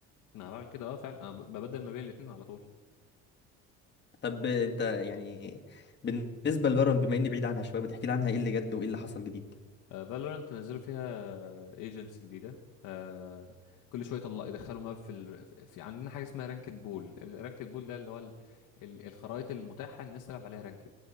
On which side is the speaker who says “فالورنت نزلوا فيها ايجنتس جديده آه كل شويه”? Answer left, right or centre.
Left